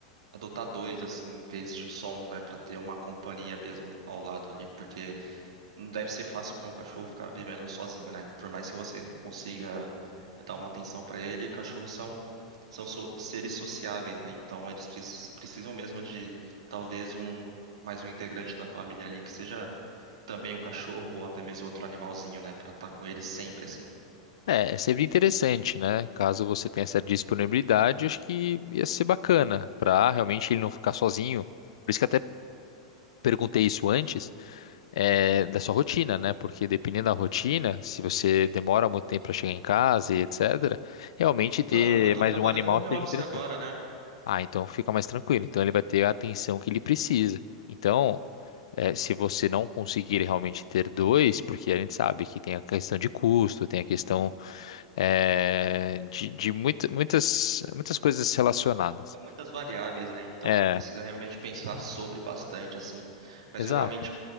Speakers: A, on the right; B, on the left.
A: adotar dois, assim, em vez de só um, né? Pra ter uma companhia mesmo do- ao lado ali. Porque Não deve ser fácil para um cachorro ficar vivendo sozinho, né? Por mais que você consiga dar uma atenção para ele, cachorros são, são so- seres sociáveis, né? Então eles precis- precisam mesmo de talvez um mais um integrante da família ali, que seja também um cachorro ou até mesmo outro animalzinho, né? Para estar com eles sempre assim.
B: É, é sempre interessante, né? Caso você tenha essa disponibilidade, acho que ia ser bacana para realmente ele não ficar sozinho. Por isso que até perguntei isso antes, é, da sua rotina, né? Porque dependendo da rotina, se você demora muito tempo para chegar em casa e etc., realmente
A: Então,
B: ter
A: é que eu tô
B: mais
A: trabalhando
B: um animal
A: home office
B: seja interessante.
A: agora, né?
B: Ah, então fica mais tranquilo. Então ele vai ter a atenção que ele precisa. Então, é, se você não conseguir realmente ter dois, porque a gente sabe que tem a questão de custo, tem a questão é, de, de muita- muitas, muitas coisas relacionadas.
A: São muitas variáveis, né? Então
B: É,
A: precisa realmente pensar sobre bastante, assim. Mas
B: exato.
A: eu realmente